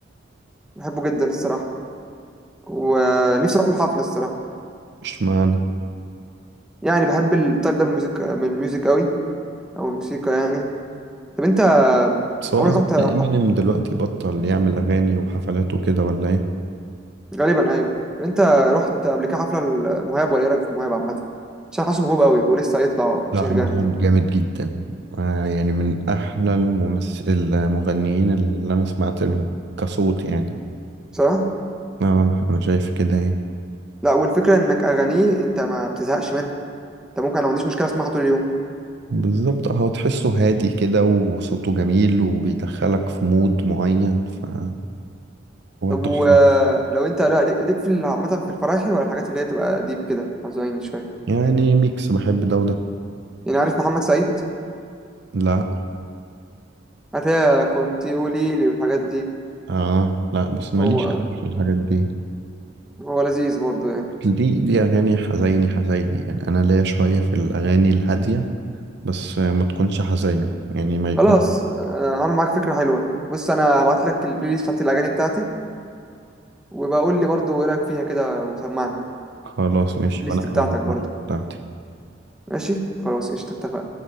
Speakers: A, in the centre; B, on the right.
A: بحبه جدا الصراحه ونفسي اروح الحفله الصراحه
B: اشمعنى؟
A: يعني بحب التايب ده من الميوزك من الميوزك قوي او الموسيقى يعني طب انت
B: بس هو
A: عمرك
B: أظن
A: رحت ح-
B: إمينيم دلوقتي بطل يعمل أغاني وحفلات وكده ولا إيه؟
A: غالبا ايوه طب انت رحت قبل كده حفله المهاب ولا ايه رايك في المهاب عامه عشان حاسه موهوب قوي ولسه هيطلع وهيتشهر
B: لا مهاب
A: جامد يعني
B: جامد جدا آه يعني من أحلى الممثل المغنيين اللي أنا سمعت لهم كصوت يعني
A: صح
B: آه أنا شايف كده يعني
A: لا والفكره انك اغانيه انت ما بتزهقش منها انت ممكن انا ما عنديش مشكله اسمعها طول اليوم
B: بالظبط هو تحسه هادي كده وصوته جميل وبيدخلك في مود معين فهو
A: طب ولو
B: تحفة
A: انت لا ليك ليك في ال- عامه في الفرايحي ولا الحاجات اللي هي تبقى ديب كده حزين شويه
B: يعني ميكس بحب ده وده
A: يعني عارف محمد سعيد
B: لا
A: هتلاقي كنت قولي لي والحاجات دي
B: آه لا بس ماليش
A: هو
B: أوي في الحاجات دي
A: هو لذيذ برضه يعني
B: دي دي أغاني حزيني حزيني يعني أنا ليا شوية في الأغاني الهادية بس ما تكونش حزيني يعني ما يكون
A: خلاص آه، عامل معاك فكرة حلوة بص أنا هبعت لك البلاي ليست بتاعت الأغاني بتاعتي وبقول لي برضو إيه رأيك فيها كده وسمعني
B: خلاص ماشي
A: البلاي ليست
B: وأنا كمان
A: بتاعتك
B: هبعتلك
A: برضو
B: بتاعتي
A: ماشي خلاص قشطة اتفقنا